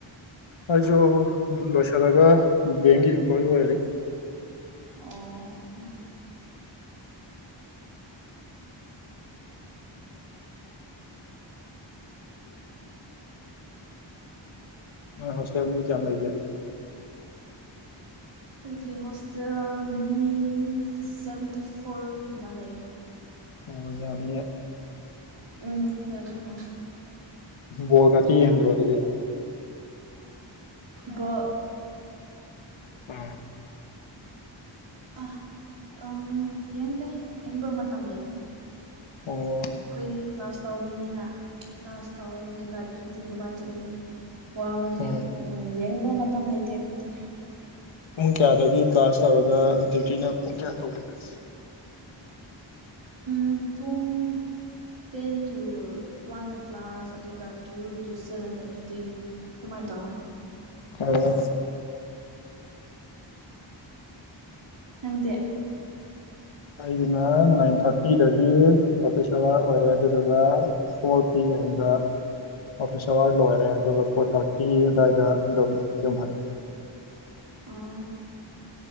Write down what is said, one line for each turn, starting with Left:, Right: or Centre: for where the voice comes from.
Left: ꯑꯩꯁꯨ ꯂꯣꯏꯁꯤꯜꯂꯒ ꯕꯦꯡꯒꯤ ꯏꯝꯄ꯭ꯂꯣꯏꯤ ꯑꯣꯏꯔꯤ
Right: ꯑꯣ
Left: ꯍꯣꯁꯇꯦꯜ ꯃꯤ ꯆꯝ ꯂꯩꯇ
Right: ꯑꯩꯈꯣꯏꯒꯤ ꯍꯣꯁꯇꯦꯜ ꯃꯤ ꯁꯚꯦꯟꯇꯤ ꯐꯣꯔꯒꯨꯝ ꯑꯃ ꯂꯩ
Left: ꯍ ꯌꯥꯅꯤ
Right: ꯎꯝ ꯌꯥꯝꯃꯦ ꯍꯣꯏ
Left: ꯕꯣꯜꯒꯇꯤ ꯌꯦꯡꯗ꯭ꯔꯣ ꯑꯗꯨꯗꯤ
Right: ꯕꯣ
Left: ꯑꯥ
Right: ꯑ ꯎꯝ ꯌꯦꯡꯗꯦ ꯌꯦꯡꯕ ꯃꯇꯝ ꯂꯩꯇ꯭ꯔꯦ
Left: ꯑꯣ
Right: ꯑꯩꯈꯣꯏꯗꯤ ꯀ꯭ꯂꯥꯁ ꯇꯧꯕꯅꯤꯅ ꯀ꯭ꯂꯥꯁ ꯇꯧꯋꯦ ꯑꯗꯨꯒ ꯗ꯭ꯌꯨꯇꯤꯒꯨꯝꯕ ꯆꯠꯂꯤ ꯋꯥꯕꯒꯤ
Left: ꯑꯣ
Right: ꯎꯝ ꯌꯦꯡꯅꯤꯡꯕ ꯃꯇꯝ ꯂꯩꯇꯦ ꯑꯩꯈꯣꯏꯗꯤ
Left: ꯄꯨꯡ ꯀꯌꯥꯗꯒꯤ ꯀ꯭ꯂꯥꯁ ꯇꯧꯔꯒ ꯗ꯭ꯌꯨꯇꯤꯅ ꯄꯨꯡ ꯀꯌꯥ ꯇꯧꯕꯒꯦ
Right: ꯑꯗꯨ ꯄꯨꯡ ꯇꯦꯟ ꯇꯨ ꯋꯥꯟ ꯑ ꯀ꯭ꯂꯥꯁ ꯑꯗꯨꯒ ꯇꯨ ꯇꯨ ꯁꯚꯦꯟ ꯑꯗꯨꯗꯤꯤ ꯇꯨꯝꯃꯥꯏ ꯇꯣ
Left: ꯑꯣ
Right: ꯅꯪꯗꯦ
Left: ꯑꯩꯒꯤꯅ ꯅꯥꯏꯟ ꯊꯥꯔꯇꯤꯗꯒꯤ ꯑꯣꯐꯤꯁ ꯑꯋꯥꯔ ꯑꯣꯏꯔꯦ ꯑꯗꯨꯗꯨꯒ ꯐꯣꯔ ꯄꯤ ꯍꯟꯗ ꯑꯣꯐꯤꯁ ꯑꯋꯥꯔ ꯂꯣꯏꯔꯦ ꯑꯗꯨꯒ ꯐꯣꯔ ꯊꯥꯔꯇꯤ ꯑꯗꯨꯋꯥꯏꯗ ꯑꯗꯨꯝ ꯌꯨꯝꯍꯜꯂꯦ
Right: ꯑꯣ